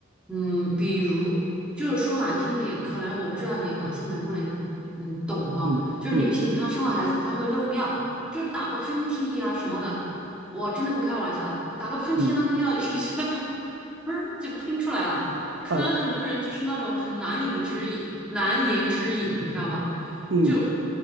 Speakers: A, in the centre; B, on the right (about 65°).
A: 嗯，比如就是说难听一点，可能我不知道你男性能不能能懂啊，
B: 嗯嗯
A: 就是女性她生完孩子她会漏尿，就是打个喷嚏呀、什么的，我真的不开玩笑，打个喷嚏，
B: 嗯
A: 那个尿 <laughs> 一下就喷儿就喷出来了。可能很多人就是那种很难饮之饮，
B: 啊
A: 难言之隐，你知道吗？
B: 嗯。
A: 就